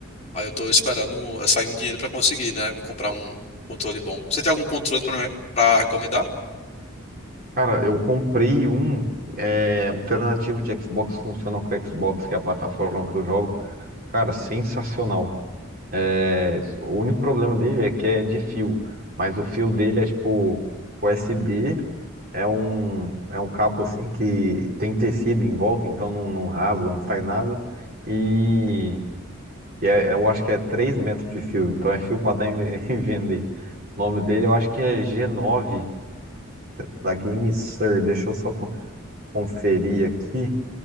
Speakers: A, on the left; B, on the right.
A: Aí eu tô esperando sair um dinheiro para conseguir, né? Comprar um controle bom. Você tem algum controle para para recomendar?
B: Cara, eu comprei um é, alternativo de Xbox funciona com o Xbox, que é a plataforma que eu jogo. Cara, sensacional. É, o único problema dele é que é de fio, mas o fio dele é tipo USB, é um, é um cabo assim que tem tecido em volta, então não, não rasga, não faz nada. E E é- eu acho que é 3 metros de fio, então é fio pra dar em ve- <laughs> em vender. O nome dele eu acho que é g nove da GameSir. Deixa eu só co- conferir aqui.